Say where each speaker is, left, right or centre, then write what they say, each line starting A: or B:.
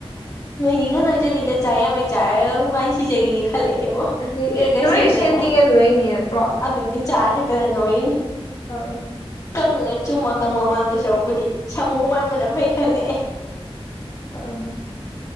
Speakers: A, on the left; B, on the left.
A: ꯅꯤꯡꯉ ꯑꯣꯏꯣꯏꯖꯅꯤꯗ ꯆꯥ ꯌꯥꯝꯃꯩ ꯆꯥꯔ ꯃꯥꯏꯅ ꯁꯤꯖꯈꯤꯅꯤ ꯈꯜꯂꯛꯑꯦꯕꯣ
B: ꯑꯗꯨ
A: ꯐꯤꯛꯒꯔꯒ
B: ꯅꯣꯏ
A: ꯁꯦꯝꯗꯅ
B: ꯁꯦꯟ ꯇꯤꯡꯉ ꯅꯣꯏꯔꯤꯅꯤ ꯅꯠꯇ꯭ꯔꯣ
A: ꯑꯗꯨꯅꯤ ꯆꯥ ꯊꯛꯛꯇꯗ ꯅꯣꯏꯅꯤ
B: ꯑꯪ
A: ꯀꯪꯉꯒ ꯆꯨꯝꯃꯛ ꯀ ꯃꯃꯥꯟꯗ ꯁꯔꯨꯛꯄꯨꯗꯤ ꯁꯥꯃꯨ ꯃꯥꯟꯕꯅ ꯐꯩ ꯈꯜꯂꯛꯑꯦ
B: ꯑꯪ